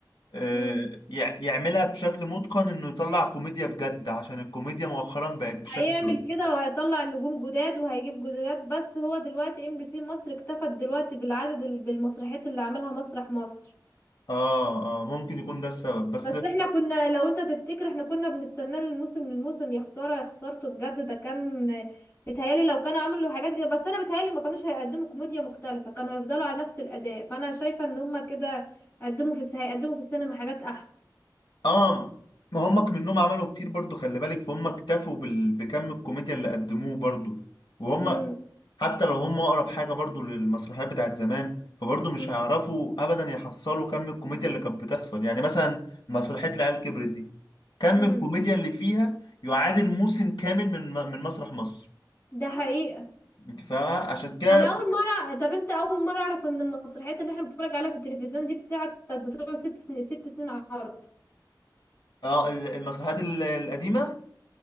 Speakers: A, on the left; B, on the left.
A: آه
B: امم
A: يع... يعملها بشكل متقن انه يطلع كوميديا بجد عشان الكوميديا مؤخرا بقت بشكل
B: هيعمل كده وهيطلع نجوم جداد وهيجيب جداد بس هو دلوقتي ام بي سي مصر اكتفت دلوقتي بالعدد ال- بالمسرحيات اللي عملها مسرح مصر
A: اه اه ممكن يكون ده السبب بس
B: بس احنا كنا لو انت تفتكر احنا كنا بنستناه من الموسم للموسم يا خساره يا خسارته بجد ده كان بيتهيالي لو كانوا عملوا حاجات كده بس انا بيتهيالي ما كانوش هيقدموا كوميديا مختلفه كانوا هيفضلوا على نفس الاداء فانا شايفه ان هما كده قدموا في الس- هيقدموا في السينما حاجات احلى
A: اه ما هم منهم عملوا كتير برضو خلي بالك فهم اكتفوا بال... بكم الكوميديا اللي قدموه برضو وهم
B: امم
A: حتى لو هم اقرب حاجه برضو للمسرحيات بتاعت زمان فبرضو مش
B: امم
A: هيعرفوا ابدا يحصلوا كم الكوميديا اللي كانت بتحصل يعني مثلا مسرحيه العيال كبرت دي كم
B: امم
A: الكوميديا اللي فيها يعادل موسم كامل من من مسرح مصر
B: ده حقيقه
A: انت فاهمه عشان كده
B: انا اول مره طب انت اول مره اعرف ان المسرحيات اللي احنا بنتفرج عليها في التلفزيون دي في الساعه كانت بتقعد ست سنين ست سنين عرض
A: اه ال- المسرحيات ال- القديمه